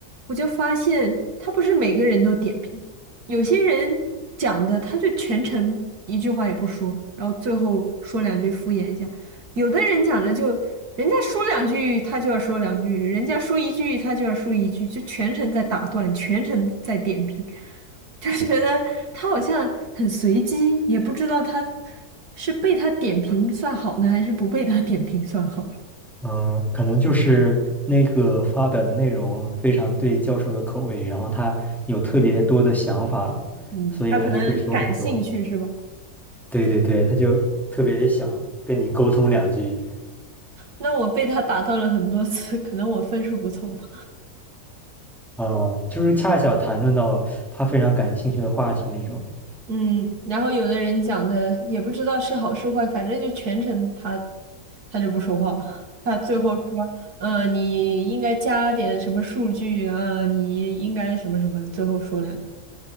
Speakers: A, on the right; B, in the centre.
A: 我就发现他不是每个人都点评，有些人讲的他就全程一句话也不说，然后最后说两句敷衍一下；有的人讲的就人家说两句他就要说两句，人家说一句他就要说一句，就全程在打断，全程在点评。就觉得他好像很随机，也不知道他是被他点评算好呢，还是不被他点评算好。
B: 嗯，可能就是那个发表的内容非常对教授的口味，然后他有特别多的想法，
A: 嗯，
B: 所以他就会说很多。
A: 他可能感兴趣是吧？
B: 对对对，他就特别想跟你沟通两句，
A: 那我被他打断了很多次，可能我分数不错吧。
B: 嗯，就是恰巧谈论到他非常感兴趣的话题那种，
A: 嗯，然后有的人讲的也不知道是好是坏，反正就全程他他就不说话，他最后说，呃，你应该加点什么数据啊，你应该什么什么，最后说两句。